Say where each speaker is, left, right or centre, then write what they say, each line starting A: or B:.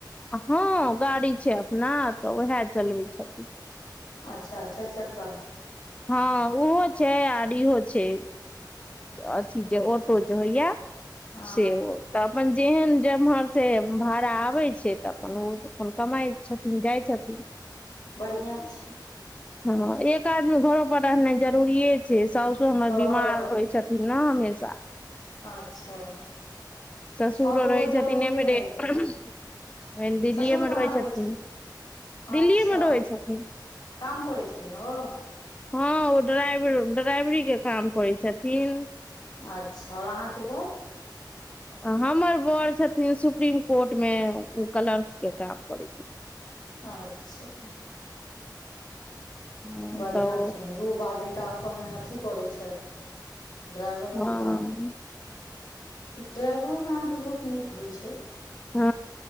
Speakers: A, on the left (about 15°); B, on the left (about 60°).
A: हँ गाड़ी छै अपना तऽ उहेए चलबै छथिन।
B: अच्छा चारिचक्का।
A: हँ ओहो छै आर इहो छै अथी जे ऑटो जे होइये।
B: हँ
A: से ओ। तऽ अपन जेहेन जेम्हर से भाड़ा आबै छै तऽ अपन ओ अपन कमाइ छथिन जाइ छथिन।
B: बढ़ियां छै।
A: हँ एक आदमी घरो पर रहनाइ जरूरिेये छै साउसो हमर
B: ओ
A: बीमार होइ छथि न हमेशा।
B: अच्छा।
A: ससुरो
B: हँ तऽ ओहो
A: रहय
B: जरूरिए
A: छथिन एम्हरे।
B: रहै छै ने
A: ओ न दिल्लीए
B: ससुर
A: मे
B: कहाँ
A: रहय
B: रहै
A: छथिन
B: अच्छा
A: दिल्लीए मे
B: ओ
A: रहय छथिन।
B: काम करै छथिन ओ?
A: हँ ओ ड्राइवर- ड्राइवरी के काम करै छथिन।
B: अच्छा आओर अहाँके बड़?
A: हमर बड़ छथिन सुप्रीम कोर्ट मे ए कलर्क के काम करै छथिन।
B: अच्छा।
A: हँ
B: बढ़ियां
A: तऽ
B: छनि दू बाप बेटा अपन अथी करै छथि। ड्राइवर
A: हँ
B: के काम। ड्राइवरो मे अहाँके बहुत नीक होइ छै।
A: हँ